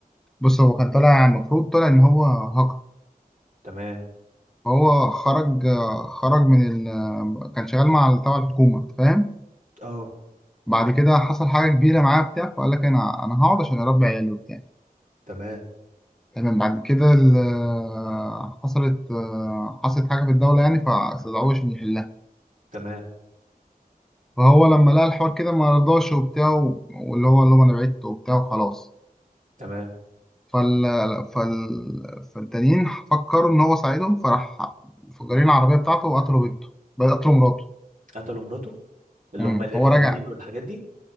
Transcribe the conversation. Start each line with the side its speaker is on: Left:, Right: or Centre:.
Centre: بص هو كان طالع المفروض طالع ان هو هاكر
Right: تمام
Centre: هو خرج خرج من ال كان شغال مع تبع الحكومة فاهم
Right: اه
Centre: بعد كده حصل حاجة كبيرة معاه بتاع فقال لك أنا أنا هقعد عشان أربي عيالي وبتاع
Right: تمام
Centre: تمام بعد كده ال- حصلت حصلت حاجة في الدولة يعني فاستدعوه عشان يحلها
Right: تمام
Centre: فهو لما لقى الحوار كده ما رضاش وبتاع واللي هو اللي هو أنا بعدت وبتاع وخلاص
Right: تمام
Centre: فال فال فالتانيين فكروا إن هو ساعدهم فراح مفجرين العربية بتاعته وقتلوا بنته بقى قتلوا مراته
Right: قتلوا مراته اللي
Centre: مم.
Right: هم الارهابيين
Centre: فهو رجع
Right: والحاجات دي